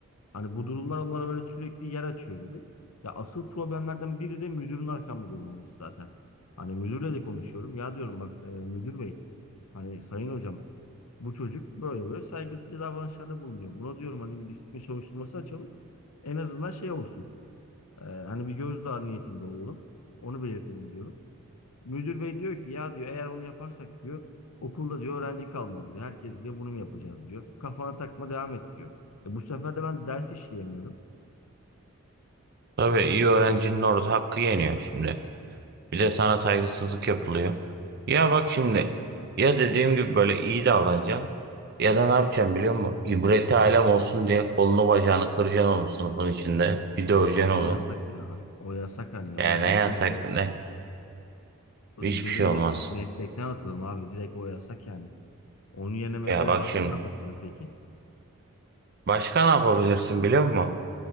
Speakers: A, on the left; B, on the right.
A: Hani bu durumlar onlara böyle sürekli yer açıyor gibi. Ya asıl problemlerden biri de müdürün arkamda durmaması zaten. Hani müdürle de konuşuyorum. Ya diyorum bak e, müdür bey hani sayın hocam bu çocuk böyle böyle saygısızca davranışlarda bulunuyor. Buna diyorum hani bir disiplin soruşturması açalım. En azından şey olsun. e, hani bir gözdağı niyetinde olalım. Onu belirtelim diyorum. Müdür bey diyor ki ya diyor eğer onu yaparsak diyor okulda diyor öğrenci kalmaz diyor. Herkes diyor bunu mu yapacağız diyor. Kafana takma devam et diyor. E, bu sefer de ben ders işleyemiyorum.
B: Tabii iyi öğrencinin orada hakkı yeniyor şimdi. Bir de sana saygısızlık yapılıyor. Ya bak şimdi ya dediğim gibi böyle iyi davranacaksın ya da ne yapacaksın biliyor musun? İbreti alem olsun diye kolunu bacağını kıracaksın onun sınıfın içinde. Bir döveceksin
A: Abi
B: onu.
A: o yasak ya. O yasak hani.
B: Yani
A: Onu
B: ne
A: direkt
B: yasak
A: yapamıyoruz.
B: ne
A: Benim
B: hiçbir şey olmaz.
A: me- meslekten atılırım abi. Direkt o yasak yani. Onun yerine mesela
B: Ya bak
A: başka
B: şimdi
A: ne yapabilirim peki?
B: başka ne yapabilirsin biliyor musun?